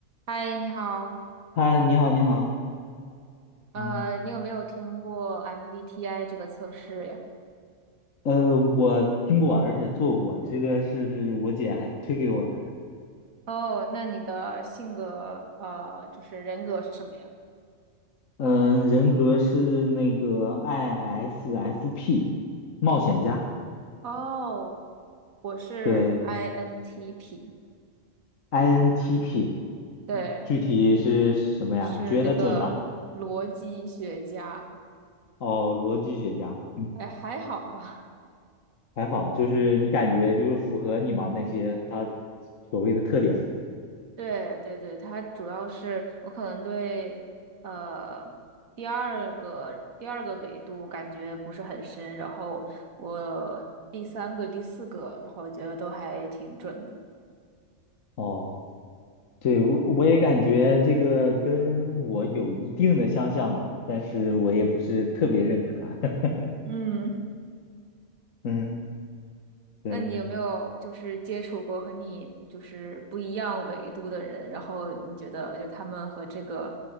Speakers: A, on the right; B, on the left.
A: 嗨，你好，
B: 嗨，你好，你好，
A: 呃，
B: 嗯，
A: 你有没有听过 MBTI 这个测试呀？
B: 呃，我听过，而且做过，这个是我姐还推给我的。
A: 哦，那你的性格，呃，就是人格是什么呀？
B: 嗯，人格是那个 ISFP 冒险家，
A: 哦，我是
B: 对
A: INTP，
B: ，INTP，
A: 对，
B: 嗯具体是什么呀？
A: 是那个逻辑学家，
B: 你觉得准吗？哦，逻辑学家，嗯
A: 还还好吧。
B: 还好，就是你感觉就是符合你嘛那些他所谓的特点。
A: 对对对，它主要是我可能对呃第二个第二个维度感觉不是很深，然后我第三个、第四个，然后我觉得都还挺准的。
B: 哦。对，我我也感觉这个跟我有一定的相像嘛，但是我也不是特别认可。<laughs>
A: 嗯。
B: 嗯，对，
A: 那你有没有就是接触过和你就是不一样维度的人，然后你觉得就他们和这个